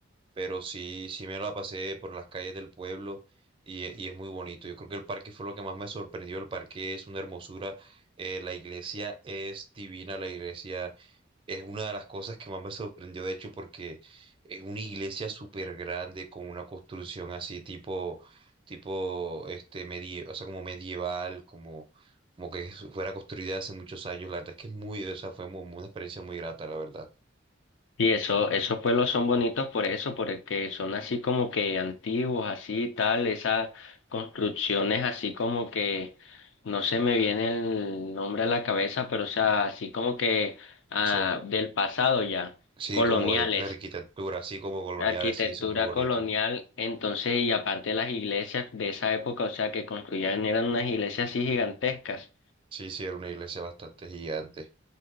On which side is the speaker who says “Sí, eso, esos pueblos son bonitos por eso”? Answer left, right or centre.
Left